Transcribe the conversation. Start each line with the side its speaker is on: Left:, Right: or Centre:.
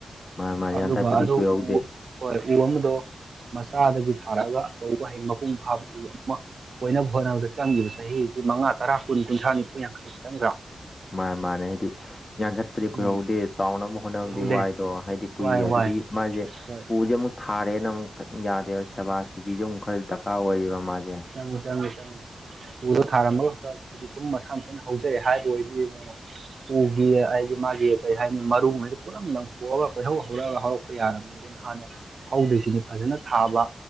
Left: ꯃꯥ ꯃꯥ
Right: ꯑꯗꯨꯒ
Left: ꯌꯥꯟꯊꯠꯄꯗꯤ
Right: ꯑꯗꯨ
Left: ꯀꯨꯏꯍꯧꯗꯦ
Right: ꯎ ꯍꯣꯏ ꯎ ꯑꯃꯗꯣ ꯃꯆꯥꯗꯒꯤ ꯊꯥꯔꯛꯑꯒ ꯑꯆꯧꯕ ꯍꯩ ꯃꯄꯨꯡ ꯐꯥꯕ ꯎ ꯑꯃ ꯑꯣꯏꯅꯕ ꯍꯣꯠꯅꯕꯗ ꯆꯪꯈꯤꯕ ꯆꯍꯤꯁꯤ ꯃꯉꯥ ꯇꯔꯥ ꯀꯨꯟ ꯀꯨꯟꯊ꯭ꯔꯥ ꯅꯤꯐꯨ ꯌꯥꯡꯈꯩ ꯆꯪꯗ꯭ꯔ
Left: ꯃꯥꯅꯦ ꯃꯥꯅꯦ ꯍꯥꯏꯗꯤ ꯌꯥꯟꯊꯠꯄꯗꯤ
Right: ꯎꯝ
Left: ꯀꯨꯏꯍꯧꯗꯦ ꯆꯥꯎꯅꯕ ꯍꯣꯠꯅꯕꯗꯤ
Right: ꯀꯨꯏꯍꯧꯗꯦ
Left: ꯋꯥꯏꯗꯣ ꯍꯥꯏꯗꯤ ꯀꯨꯏ
Right: ꯋꯥꯏ
Left: ꯑꯗꯨꯗꯤ
Right: ꯋꯥꯏ
Left: ꯃꯥꯁꯦ
Right: ꯍꯣꯏ
Left: ꯎꯁꯦ ꯑꯃꯨꯛ ꯊꯥꯔꯦꯅ ꯑꯃꯨꯛ ꯌꯥꯗꯦꯕ ꯁꯦꯕꯥ ꯁꯤꯕꯤꯁꯨ ꯑꯃꯨꯛ ꯈꯔ ꯗꯔꯀꯥꯔ ꯑꯣꯏꯔꯤꯕ ꯃꯥꯖꯦ
Right: ꯆꯪꯉ ꯆꯪꯉ ꯆꯪꯉꯤ ꯎꯗꯣ ꯊꯥꯔꯝꯃꯒ ꯈꯛꯇ ꯑꯩꯗꯤ ꯁꯨꯝ ꯃꯁꯥ ꯃꯊꯟꯅ ꯍꯧꯖꯔꯦ ꯍꯥꯏꯕ ꯑꯣꯏꯗꯤ ꯃꯑꯣꯛ ꯎꯒꯤ ꯍꯥꯏꯗꯤ ꯃꯥꯒꯤ ꯀꯩ ꯍꯥꯏꯅꯤ ꯃꯔꯨꯉꯩꯗ ꯄꯨꯂꯞ ꯂꯪꯊꯣꯛꯑꯒ ꯀꯣꯏꯍꯧ ꯍꯧꯔꯒ ꯍꯧꯔꯛꯄ ꯌꯥꯔꯝꯃꯤ ꯑꯗꯨꯅ ꯍꯥꯟꯅ ꯍꯧꯗ꯭ꯁꯤꯅꯤ ꯐꯖꯅ ꯊꯥꯕ